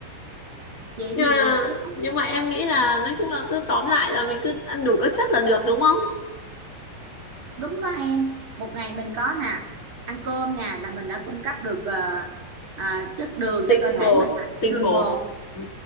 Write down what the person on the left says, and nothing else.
nhưng
mà
nhưng mà em nghĩ là nói chung là cứ tóm lại là mình cứ ăn đủ các chất là được đúng không
tinh
bột
tinh
bột
ừ.